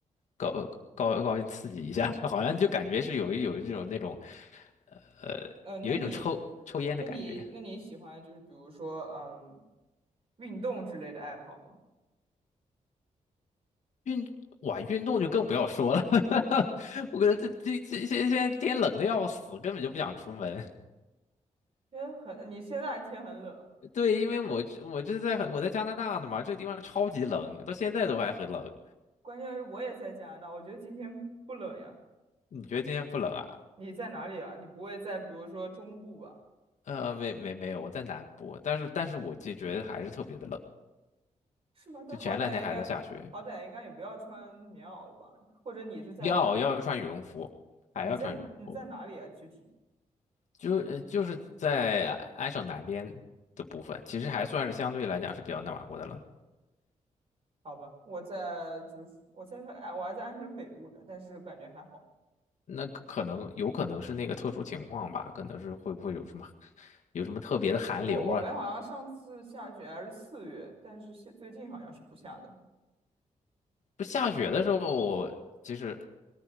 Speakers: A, on the left; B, on the right.
A: 高高高兴刺激一下，<laughs> 好像就感觉是有一有一种那种呃
B: 呃，那你，
A: 有一种抽抽烟的感觉。
B: 那你，那你喜欢就是比如说，嗯，运动之类的爱好吗？
A: 运哇运动就更不要说了，<laughs> 我感觉得这这这现现在天冷的要死，根本就不想出门。
B: 天很，你现在天很冷，
A: <laughs> 对，因为我我这在我在加拿大的嘛，这个地方超级冷，到现在都还很冷。
B: 关键是我也在加拿大，我觉得今天不冷呀。
A: 你觉得今天不冷啊？
B: 你在哪里啊？你不会在比如说中部吧？
A: 呃，没没没有，我在南部，但是但是我就觉得还是特别的冷。
B: 是吗？但好歹应该，
A: 就前两天还在下雪，
B: 好歹应该也不要穿棉袄了吧？或者你是在，
A: 要要穿羽绒服，还要穿羽绒服，
B: 你在你在哪里啊？具体？
A: 就呃就是在安省南边的部分，其实还算是相对来讲是比较暖和的了。
B: 好吧，我在就是我在哎，我还在安省北部呢，但是感觉还好。
A: 那可可能有可能是那个特殊情况吧，可能是会不会有什么有什么特别的寒流啊？
B: 我我们好像上次下雪还是四月，但是现最近好像是不下的。
A: 就下雪的时候，其实